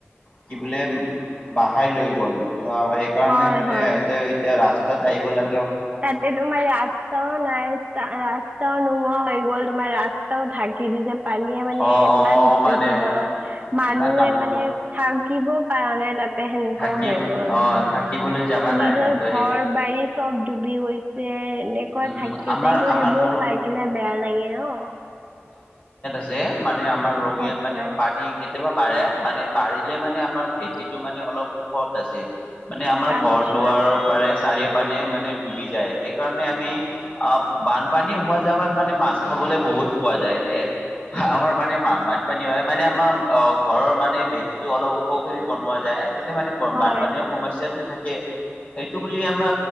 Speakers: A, on the left (about 35°); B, on the right (about 25°).
A: কি বোলে বাহাই লৈ গ'ল। অ সেইকাৰণে
B: হয়
A: মানে
B: হয়
A: তেও এতিয়া ৰাস্তাত আহিব লা
B: তাতে তোমাৰ ৰাস্তাও নাই ৰাস্তাও নোহোৱা হৈ বল তোমাৰ ৰাস্তাও ঢাকি দিছে। পানীয়ে মানে
A: অ',
B: ইমান
A: অ', মানে
B: এইটো হয় মানুহে
A: ইমান ডাঙৰ
B: মানে
A: ব-
B: থাক। কিব পৰা নাই তাত। সেনেকুৱা
A: থাকি
B: হৈ গল
A: অ' থাকিবলৈ জাগা
B: নিজৰ
A: নাই সিহঁতৰ
B: ঘৰ
A: সেইকাৰণে
B: বাৰী চব। যি হৈছে। এনেকুৱা
A: উম,
B: থাকিছেতটো
A: আমাৰ আমাৰ
B: সেইবোৰ
A: মোৰ
B: চাই কিনে বেয়া লাগে ন।
A: যে মানে আমাৰ ৰঙিয়াত
B: আচ্ছা,
A: মানে পানী কেতিয়াবা। বাঢ় মানে বাঢ়িলে মানে আমাৰ ভেটিটো মানে অলপ ওখত আছে। মানে আমাৰ
B: আচ্ছা।
A: ঘৰ দুৱাৰৰ পপৰা চাৰিও পানে মানে ডুবি যায় সেইকাৰণে। আমি অ বানপানী হোৱা জোগাত মানে মাছ খাবলৈ বহুত পোৱা যায় যে। আমাৰ মানে মা বানপানী হয় মানে আমাৰ। অ ঘৰৰ মানে ভেটিটো অলপ উখকৰি বনোৱা যায়। তাতে মানে বানপানীৰ
B: হয়, হয়।
A: সমস্যাটো থাকে। এইটো বুলি আমা